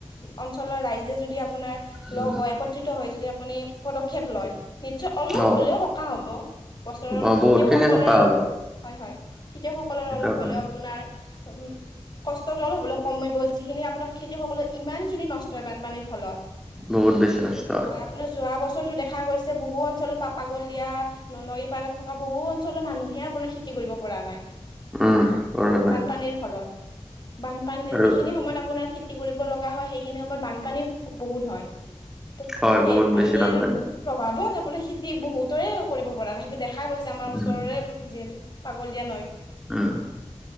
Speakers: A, on the left; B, in the centre.
A: অঞ্চলৰ ৰাইজে যদি আপোনাৰ
B: উম,
A: লগ হৈ একত্ৰিত হৈ যদি আপুনি পদক্ষেপ লয় নিশ্চয় অলপ
B: অ
A: হ'লেও সকাহ হ'ব। বছৰত অলপ
B: অ
A: খেতিয়কসকলৰ
B: বহুত খিনি সকাহ হ'ব
A: হয়, হয়। খেতিয়কসকলৰ
B: সেইটো
A: অলপ
B: আপুনি
A: হ'লেও আপোনাৰ উম, কষ্টটো হ'বলৈ কমিব, যিখিনি আপোনাৰ খেতিয়কসকলে ইমান খিনি নষ্ট হয় বানপানীৰ ফলত।
B: বহুত বেছি নষ্ট
A: হয় আপোনাৰ যোৱা বছৰটো দেখা গৈছে বহু অঞ্চলত পাপাগল দিয়া। নৈৰ পাৰত থকা বহু অঞ্চলৰ মানুহে আপোনাৰ খেতি কৰিব পৰা নাই।
B: উম পঢ়া নাই
A: বানপানীৰ ফলত। বানপানী
B: আৰু
A: যিখিনি সময়ত আপোনাৰ খেতি কৰিব লগা হয়, সেইখিনি সময়ত বানপানী বহুত হয়। ত' সেই
B: হয় বহুত
A: পানীৰ
B: বেছি বানপানী
A: প্ৰভাৱত আপোনাৰ খেতি বহুতৰে কৰিব পৰা নাই সেইটো দেখা দেখা গৈছে, আমাৰ ওচৰৰে
B: উম
A: যিহেতু পাগলদিয়া নৈত।
B: উম,